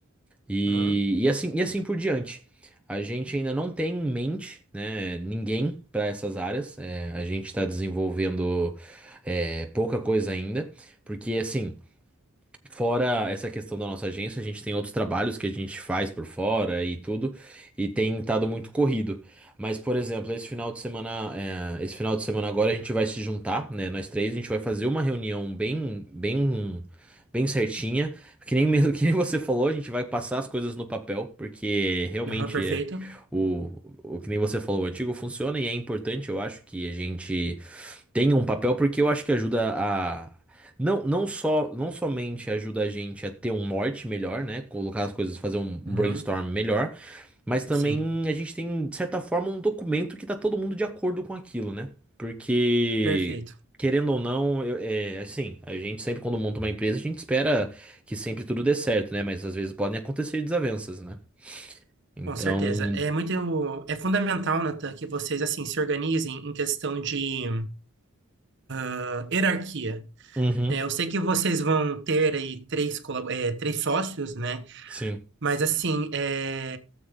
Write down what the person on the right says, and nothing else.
Aham,
Aham, perfeito.
Uhum.
Sim,
perfeito.
Com certeza. É muito, é fundamental, Natan, que vocês assim se organizem em questão de ah, hierarquia.
É, eu sei que vocês vão ter aí três, colab- é, três sócios, né?
Mas assim, é,